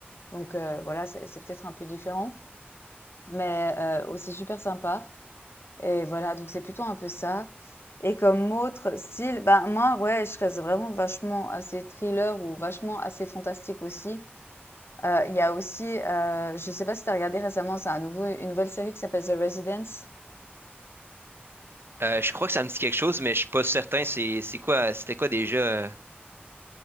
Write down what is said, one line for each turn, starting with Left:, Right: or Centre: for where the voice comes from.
Left: Donc euh, voilà, c'est c'est peut-être un peu différent, mais euh, aussi super sympa. Et voilà, donc c'est plutôt un peu ça. Et comme autre style, ben moi, ouais, je reste vraiment vachement assez thriller ou vachement assez fantastique aussi. Euh, Il y a aussi, euh, je sais pas si t'as regardé récemment, c'est un nouveau, une nouvelle série qui s'appelle The Residence.
Right: Euh, je crois que ça me dit quelque chose, mais je suis pas certain. C'est, c'est quoi, c'était quoi déjà? euh,